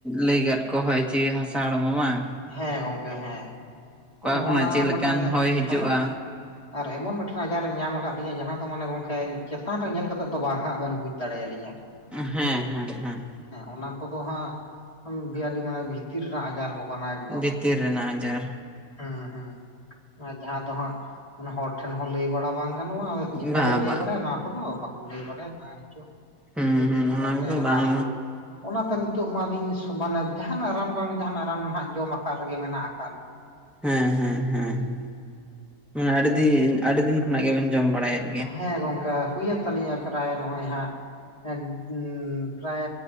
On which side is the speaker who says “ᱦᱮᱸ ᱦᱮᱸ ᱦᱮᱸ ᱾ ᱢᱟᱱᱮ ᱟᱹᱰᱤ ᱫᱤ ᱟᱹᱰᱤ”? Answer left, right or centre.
Centre